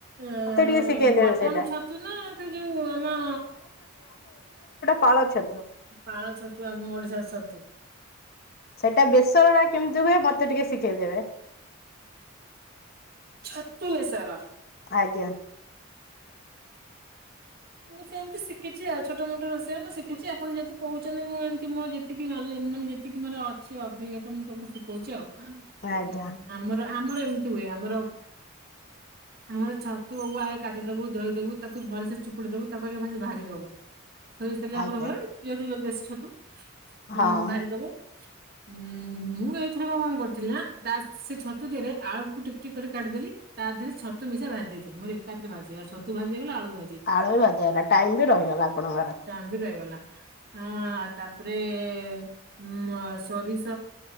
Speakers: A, on the right; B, on the left.
A: ଆଁ
B: ଟିକେ ଶିଖେଇଦେବେ
A: ବଟମ
B: ସେଇଟା
A: ଛତୁ ନା ସେ ଯୋଉ ଆମଁ
B: ପାଳଛ
A: ପାଳଛତୁ ଆମ ଓଡିଶାର ସତୁ।
B: ସେଟା ବେଶରଟା କେମିତି ହୁଏ? ମ ତେ ଟିକେ ଶିଖେଇଦେବେ।
A: ଅତୁ ବେସର।
B: ଆଜ୍ଞା।
A: ମୁଁ ସେମିତି ଶିଖିଛି, ଆଉ ଛୋଟ ମୋଟ ରୋଷେଇଆ ମୁଁ ଶିଖିଛି। ଆପଣ ଯେତି କହୁଛନ୍ତି, ମୁଁ ଏମିତି ମୋ ଯେତିକି ନଲେ, ମାନେ ଯେତିକି ମୋର ଅଛି ଅଭିଜ୍ଞତା, ମୁଁ ତମକୁ ଶିଖଉଛି ଆଉ।
B: ଆଜ୍ଞା
A: ହୁଁ, ଆମର ଆମର ଏମିତି ହୁଏ, ଆମର, ଆମର ଛତୁ ବବୁ, ଆଗ କାଟିଦବୁ, ଧୋଇଦବୁ, ତାକୁ ଭଲସେ ଚୁପୁଡ଼ି ଦବୁ, ତାକୁ ଆଗେ <unintelligible> ଭାଜିଦବୁ। ସୋରିଷ ତେଲେ ଆମର
B: ଆଜ୍ଞା।
A: ହୁଏ। ପିଆଜବି-ବେଶୀ ଛତୁ।
B: ହଁ
A: ହୁଁ, ଭାରିଦବ। ଉଁ, ମୁଁ ଏଇଥରକ କଣ କରିଥିଲନା, ତା ସେ ଛତୁଦେହରେ ରେ ଆଳୁକୁ ଟିକ୍ ଟିକ୍ କରି କାଟିିଦେଲି, ତା ଦେହରେ ଛତୁ ମିଶା ଭାଜି ଦେଇଥିଲି, ମୋର ଏକାଥରେ ଭାଜିହେଇଗ ଛତୁ ଭାଜି ହେଇଗଲା, ଆଳୁ ଭା
B: ଆଳୁ ବି ଭାଜା ହେଲା, ଟାଇମ ବି ରହିଗଲା ଆପଣଙ୍କର।
A: ଟାଇମ ବି ରହିଗଲା। ହଁ, ତାପରେ ଉମ୍ ସୋରିଷ,